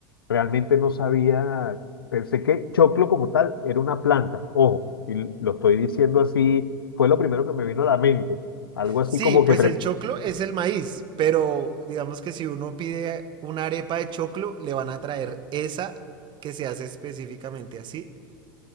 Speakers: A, on the left (about 80°); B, on the right (about 40°).
A: realmente no sabía, pensé que choclo como tal era una planta, ojo, y lo estoy diciendo así, fue lo primero que me vino a la mente, algo así
B: Sí,
A: como
B: pues
A: que pre-
B: el choclo es el maíz, pero digamos que si uno pide una arepa de choclo, le van a traer esa que se hace específicamente así,